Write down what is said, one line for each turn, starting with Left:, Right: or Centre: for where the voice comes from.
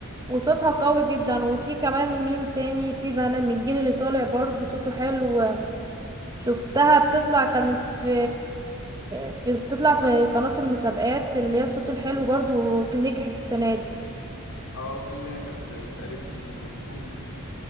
Right: وصوتها قوي جدا وفي كمان مين تاني في بنات من الجيل اللي طالع برضو صوته حلو شفتها بتطلع كانت في في بتطلع في قناة المسابقات اللي هي الصوت الحلو برضو كان نجحت السنة دي
Left: اه في اللي هي كانت قريبة ام كلثوم دي